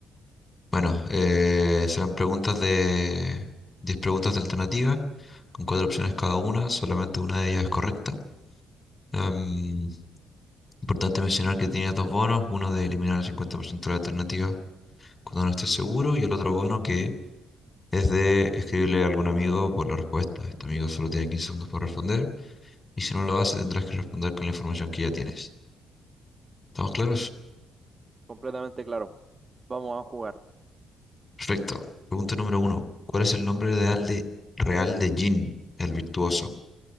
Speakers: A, on the left (about 30°); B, on the right (about 30°).
A: Bueno, eh, serán preguntas de 10 preguntas de alternativa, con cuatro opciones cada una, solamente una de ellas es correcta. Em, importante mencionar que tienes dos bonos, uno de eliminar el 50% de la alternativa cuando no estés seguro y el otro bono que es de escribirle a algún amigo por la respuesta. Este amigo solo tiene 15 segundos para responder y si no lo hace tendrás que responder con la información que ya tienes. ¿Estamos claros?
B: Completamente claro. Vamos a jugar.
A: Perfecto. Pregunta número uno. ¿Cuál es el nombre real de, real de Jin, el virtuoso?